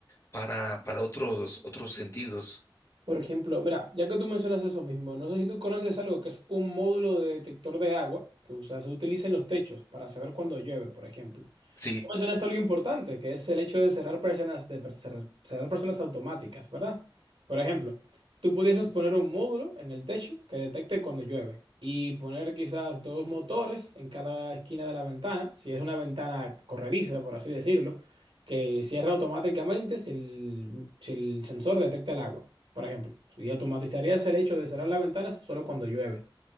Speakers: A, on the left; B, on the right.
A: para, para otros, otros sentidos.
B: Por ejemplo, mira, ya que tú mencionas eso mismo, no sé si tú conoces algo que es un módulo de detector de agua que usa- se utiliza en los techos para saber cuándo llueve, por ejemplo.
A: Sí,
B: mencionaste algo importante, que es el hecho de cerrar personas, de per- cerrar, cerrar personas automáticas, ¿verdad? Por ejemplo, tú pudieses poner un módulo en el techo que detecte cuando llueve y poner quizás dos motores en cada esquina de la ventana, si es una ventana corrediza, por así decirlo, que cierra automáticamente si el, si el sensor detecta el agua, por ejemplo. Y automatizarías el hecho de cerrar las ventanas solo cuando llueve,